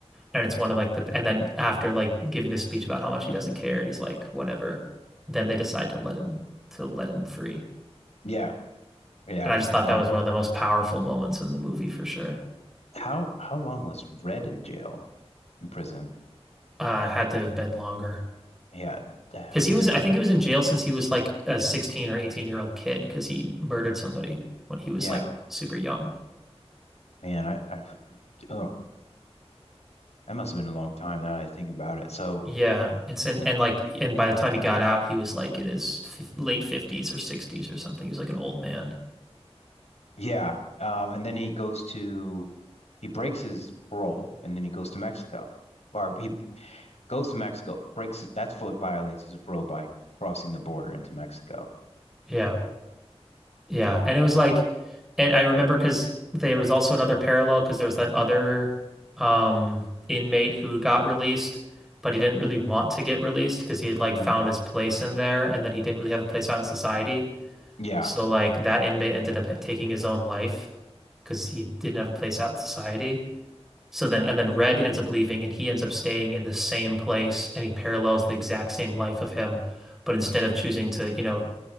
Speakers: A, in the centre; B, on the left.
A: And it's one of like the and then after like giving this speech about how much he doesn't care, and he's like, "Whatever." Then they decide to let him to let him free.
B: yeah, yeah.
A: And I just thought
B: Uh,
A: that was one of the most powerful moments in the movie for sure.
B: how how long was Red in jail? in prison.
A: Uh, had to have been longer.
B: Yeah, ah,
A: Because he
B: man.
A: was, I think he was in jail since he was like a 16 or 18 year old kid because he murdered somebody when he was
B: Yeah,
A: like super young.
B: man. I, I, oh, that must have been a long time now that I think about it. So,
A: Yeah, and s- and and like and by the time he got out, he was like in his f late 50s or 60s or something. He was like an old man.
B: yeah. Um, and then he goes to, he breaks his parole and then he goes to Mexico. Or he goes to Mexico, breaks it. That's what violates his parole by crossing the border into Mexico.
A: Yeah. Yeah, and it was like and I remember because there was also another parallel because there was that other um inmate who got released, but he didn't really want to get released because he had like
B: hmm
A: found his place in there and then he didn't really have a place out in society.
B: Yeah.
A: So like that inmate ended up taking his own life because he didn't have a place out in society. So then, and then Red ends up leaving and he ends up staying in the same place and he parallels the exact same life of him. But instead of choosing to, you know,